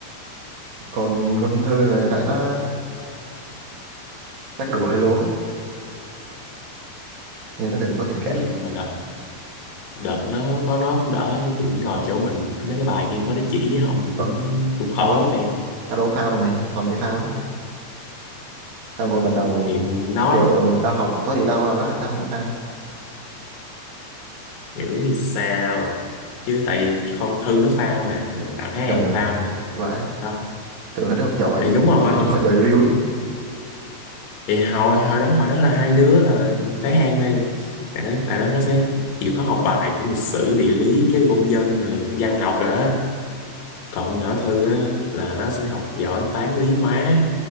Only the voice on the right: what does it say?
còn con Thư là tại nó chắc đùa hơi lố nhưng nó thường có tình cảm
ờ
tao có
tao đâu có phao đâu mày toàn mày phao chứ tao ngồi bàn đầu
kiểu tao học có gì tao làm đó à tao không có phao
trời
ơi
vãi
tưởng hắn học giỏi
học giỏi riu chứ